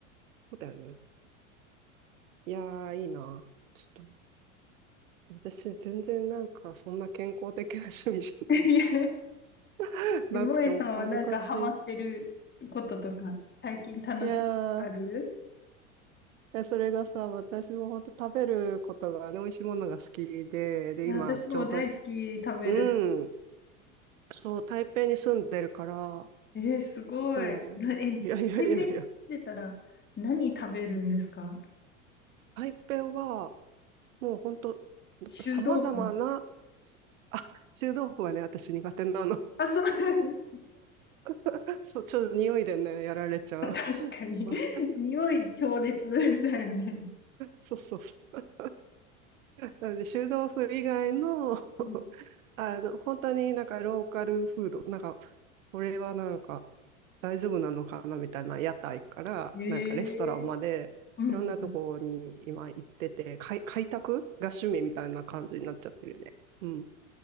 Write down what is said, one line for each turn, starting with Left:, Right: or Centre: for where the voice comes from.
Right: そうだよね。いやー、いいな。ちょっと、私、全然なんか、そんな健康的な趣味じ
Left: <laughs> いや、
Right: ゃなくて、
Left: えもえさんはなんかハマってることとか、
Right: お恥ずかし
Left: 最近楽しいことある
Right: い。いやー、いやそれがさ、私も本当食べることがね、美味しいものが好きで、で、
Left: いや、
Right: 今、
Left: 私も大好き食べる。
Right: ちょうど、うん、そう、台北に住んでるから、
Left: えー、すごい。
Right: あの、
Left: なえ、
Right: いやいやいやいや、
Left: 台北に住んでたら何食べるんですか
Right: 台北は、もう本当
Left: 臭豆腐。
Right: 様々な、あ、臭豆腐はね、私苦手なの。
Left: あ、そう。<laughs>
Right: <laughs> そう、ちょっと匂いでね、やられちゃう。
Left: 確かに。
Right: <laughs>
Left: <laughs> 匂い強烈だよね。
Right: そうそうそう。なので、臭豆腐以外の、
Left: うん。
Right: あの、本当になんかローカルフード、なんか、これはなんか大丈夫なのかなみたいな屋台から、
Left: ええ
Right: なんかレストランまで、
Left: うん。
Right: いろんなところに今行ってて、開、開拓が趣味みたいな感じになっちゃってるね。うん。